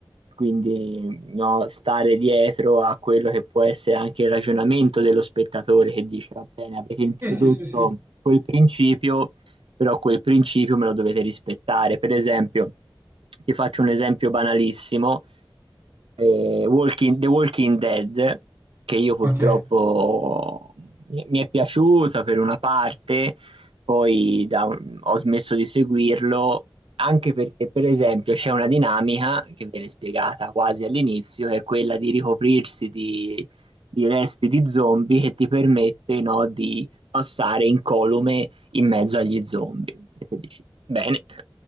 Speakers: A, on the right; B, on the right.
A: quindi no, stare dietro a quello che può essere anche il ragionamento dello spettatore che dice, va bene, avete introdotto
B: Sì, sì, sì, sì.
A: quel principio, però quel principio me lo dovete rispettare. Per esempio, ti faccio un esempio banalissimo eh, Walking- The Walking Dead, che io purtroppo
B: Ok.
A: mi, mi è piaciuta per una parte, poi da un- ho smesso di seguirlo, anche perché, per esempio, c'è una dinamica che viene spiegata quasi all'inizio, che è quella di ricoprirsi di, di resti di zombie che ti permette, no, di passare incolume in mezzo agli zombie. E te dici, bene,